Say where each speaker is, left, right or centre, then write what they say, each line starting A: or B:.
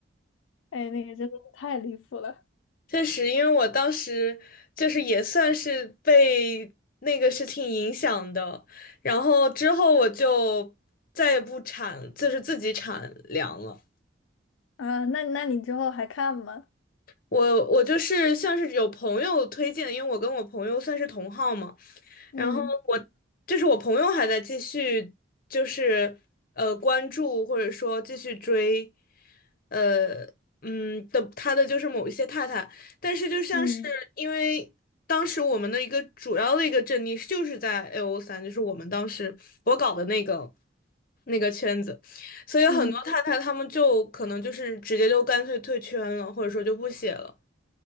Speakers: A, on the left (about 75°); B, on the left (about 45°).
A: 哎，那个真的是太离谱了
B: 确实，因为我当时就是也算是被那个事情影响的，然后之后我就再也不产，就是自己产粮了。
A: 啊！那那你之后还看吗？
B: 我我就是像是有朋友推荐，因为我跟我朋友算是同号嘛，
A: 嗯。
B: 然后我就是我朋友还在继续，就是呃关注或者说继续追，呃嗯的他的就是某一些太太，但是就像是因为当时我们的一个主要的一个阵地就是在
A: 嗯
B: AO 三，就是我们当时我搞的那个那个圈子，所以很多太太他们就可能就是直接就干脆退圈了，
A: 嗯
B: 或者说就不写了。